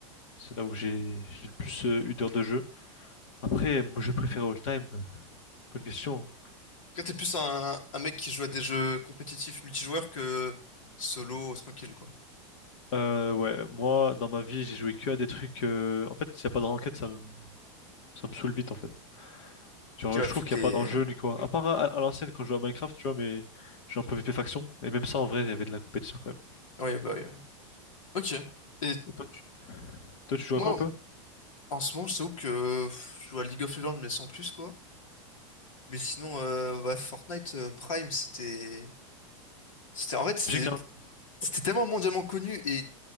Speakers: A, on the left; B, on the left.
A: C'est là où j'ai j'ai le plus euh, eu d'heures de jeu. Après, mon jeu préféré all time, bonne question.
B: Toi, t'es plus un, un mec qui joue à des jeux compétitifs multijoueurs que solo, tranquille, quoi.
A: hein. Euh, ouais, moi, dans ma vie, j'ai joué que à des trucs. euh, En fait, s'il n'y a pas de ranked, ça me... ça me saoule vite en fait. Genre,
B: Ok, ouais,
A: je
B: faut
A: trouve
B: que
A: qu'il
B: t'aies...
A: n'y a pas d'enjeu ni quoi. À part à, à l'ancienne quand je jouais à Minecraft, tu vois, mais j'ai un peu V P Faction. Et même ça, en vrai, il y avait de la compétition quand même.
B: Ouais, bah oui. ouais. Ok. Et
A: Et toi, tu, toi, tu joues
B: moi,
A: à quoi un peu?
B: en ce moment, je t'avoue que pff, je joue à League of Legends, mais sans plus, quoi. Mais sinon, euh, ouais, Fortnite euh, Prime, c'était... C'était... En fait, c'était
A: Magique, hein?
B: c'était tellement mondialement connu et